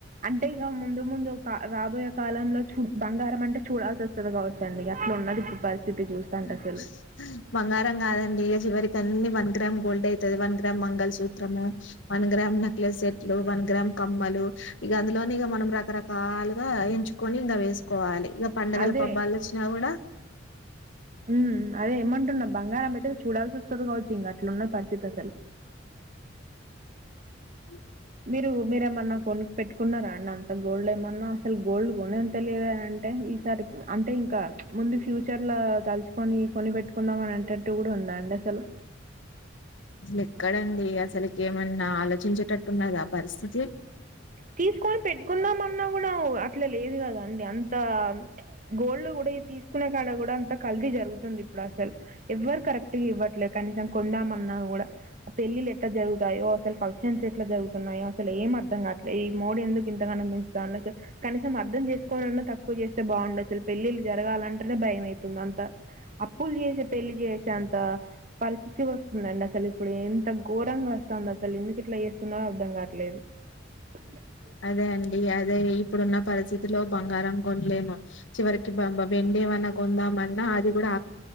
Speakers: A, on the right; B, on the left.
A: అంటే ఇక ముందు ముందు రాబోయే కాలంలో చూడు బంగారం అంటే చూడాల్సి వస్తుంది కావచ్చండి అట్లా ఉన్నది ఇప్పుడు పరిస్థితి చూస్తుంటే
B: హ్మ్మ్
A: అసలు
B: హ్మ్మ్ బంగారం కాదండి అసలకి అన్ని వన్ గ్రామ్ గోల్డ్ అవుతది వన్ గ్రామ్ మంగళ సూత్రము వన్ గ్రామ్ నెక్లెస్ సెట్లు వన్ గ్రామ్ కమ్మలు ఇక అందులోనే ఇగ మనం రకరకాలు ఇంకా ఎంచుకొని ఇంకా వేసుకోవాలి ఇక పండగలు
A: అదే
B: పబ్బాలు వచ్చినా కూడా
A: ఉ అదే ఏమంటున్నా బంగారం అయితే చూడాల్సి వస్తుంది కావచ్చు ఇంగా అట్లున్నది పరిస్థితి అసలు
B: <inaudible>
A: మీరు మీరేమన్నా కొని పెట్టుకున్నారా అండి అంత గోల్డ్ ఏమన్నా అసలు గోల్డ్ కొనే అంతలేదు అంటే ఈసారి అంటే ఇంకా ముందు ఫ్యూచర్ లో తలుచుకొని కొని పెట్టుకుందాం అని అంటట్టు కూడా ఉందా అండి అసలు
B: అసలు ఎక్కడండి అసలుకి ఏమన్నా ఆలోచించేటట్టున్నది ఆ పరిస్థి
A: తీసుకొని పెట్టుకుందాం అన్నా కూడా అట్లా లేదు కదా అంత గోల్డ్ కూడా తీసుకునే కాడ కూడా అంత కల్తి జరుగుతుంది ఇప్పుడు అసలు ఎవ్వరు కరెక్ట్గా ఇవ్వట్లేదు కనీసం కొందామన్నా కూడా పెళ్ళిలు ఎట్లా జరుగుతాయో అసలు ఫంక్షన్స్ ఎట్లా జరుగుతున్నాయో అసలు ఏం అర్ధం అర్థం కావట్లేదు ఈ మోడి ఎందుకు ఇంతగానం పెంచుతాండు అసలు కనీసం అర్థం చేసుకోని అన్నా తక్కువ చేస్తే బాగుండు అసలు పెళ్ళిళ్ళ జరగాలంటేనే భయం అయ్ తుంది అంత అప్పులు చేసే పెళ్లి చేసేంత పరిస్థితి వస్తుందండి అసలు ఇప్పుడు ఎంత ఘోరంగా వస్తాంది అసలు ఎందుకు ఇట్లా చేస్తున్నారో అర్థం కావట్లేదు <inaudible>
B: అదే అండి అదే ఇప్ ప్పుడున్న పరిస్థితిలో బంగారం కొన్లేము. చివరికి బంబ వెండి ఏమన్నా కొందామన్నా అది గూడా